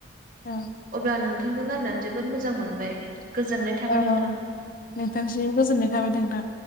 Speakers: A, on the left (about 45°); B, on the right (about 45°).
A: औ।
B: अब्ला नोंथांनो रायलायनानै जोबोद मोजां मोनबाय। गोजोननाय थाबाय
A: औ
B: नोंथां
A: नोंथांसिमबो गोजोननाय थाबाय नोंथां।